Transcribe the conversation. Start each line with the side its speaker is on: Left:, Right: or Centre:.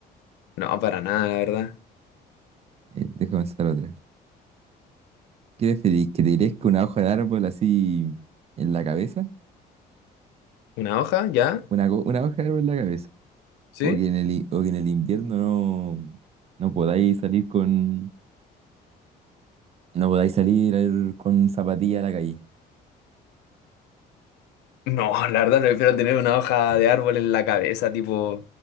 Left: No, para nada, la verdad.
Right: Eh, déjame pensar otra. ¿Qué preferís? ¿Que te crezca una hoja de árbol así en la cabeza?
Left: ¿Una hoja? ¿Ya?
Right: Una, co- una hoja de árbol en la cabeza.
Left: ¿Sí?
Right: O que en el, i- o que en el invierno no, no podáis salir con, no podáis salir al- con zapatillas a la calle.
Left: No, la verdad prefiero tener una hoja de árbol en la cabeza, tipo,